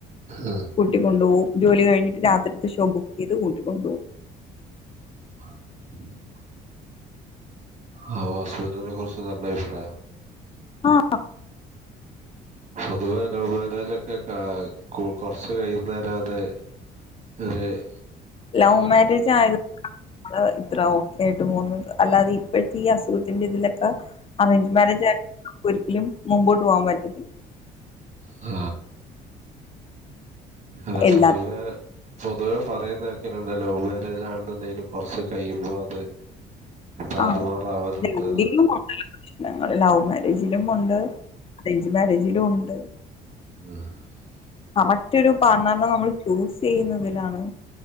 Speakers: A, on the right; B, on the left.
A: ഉം.
B: കൂട്ടിക്കൊണ്ടുപോവും ജോലി കഴിഞ്ഞിട്ട് രാത്രിത്തെ ഷോ ബുക്ക് ചെയ്ത് കൂട്ടിക്കൊണ്ടുപോകവും
A: ഉം ആ വസ്തുനെ കുറിച്ച് നല്ല അഭിപ്രായം
B: ആ
A: പൊതുവേ ലവ് മാരേജ് ഒക്കെ കൊറച്ച് കൈ നേരാതെ വറ <unintelligible>
B: ലവ് മാരേജ് ആയത് ഇത്ര ഓക്കെ ആയിട്ട് പോകുന്നത് അല്ലാതെ ഇപ്പോഴത്തെ ഈ അസുഖത്തിന്റെ ഇതിലൊക്കെ അറേഞ്ച് മാരേജ ആയാല നമു ഒരിക്കലും മ്പോട്ട് പോകാൻ പറ്റും
A: ആ അല്ല
B: എല്ലാ
A: പൊതുവേ പൊതുവേ പറയുന്ന ലവ് മാരേജ് ആണെന്നുണ്ടെും കൊറച്ച് കഴിയുമ്പോ അത് താറുമാറാവരുണ്ടന്ന്
B: ആഹ് രണ്ടിലും ഉണ്ടല്ലോ പ്രശ്നങ്ങൾ ലവ് മാരേജിലും ഉണ്ട് അറേഞ്ച് മാരേജിലും ഉണ്ട്
A: ആ
B: കറക്റ്റ് ഒരു പണെണ്ണം നമ്മൾ ചൂസ് ചെയ്യുന്നതിലാണ്